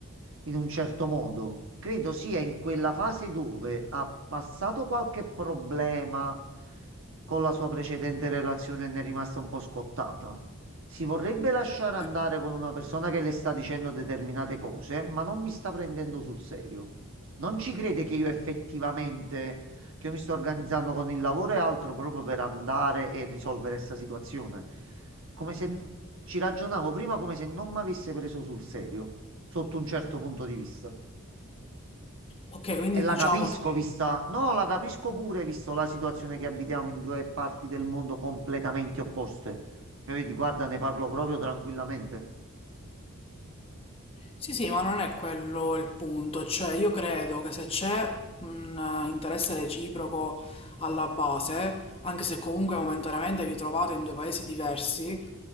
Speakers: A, on the right; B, on the left.
A: in un certo modo. Credo sia in quella fase dove ha passato qualche problema con la sua precedente relazione e ne è rimasta un po' scottata. Si vorrebbe lasciare andare
B: Ok,
A: con una persona che le sta dicendo determinate cose, ma non mi sta prendendo sul serio. Non ci crede che io effettivamente che io mi sto organizzando con il lavoro e altro proprio per andare e risolvere questa situazione. Come se ci ragionavo prima come se non mi avesse preso sul serio, sotto un certo punto di vista.
B: Ok, quindi
A: E la
B: diciamo
A: capisco,
B: che...
A: vista... No, la capisco pure, visto la situazione che abitiamo in due parti del mondo completamente opposte. Cioè, vedi, guarda, ne parlo proprio tranquillamente.
B: Sì, sì, ma non è quello il punto, cioè io credo che se c'è un eh, interesse reciproco alla base, anche se comunque momentaneamente vi trovate in due paesi diversi,